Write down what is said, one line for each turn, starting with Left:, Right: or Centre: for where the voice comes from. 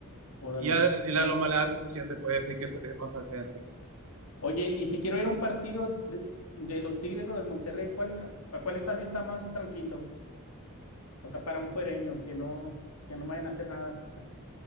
Left: órale.
Right: Y ya y la loma larga, pues ya te puede decir que es eh, más al centro.
Left: Oye, y si quiero ir a un partido de, de los Tigres o del Monterrey, ¿cuál, a cuál estadio está más tranquilo? O sea, para un fuereño que no, que no vayan a hacer nada.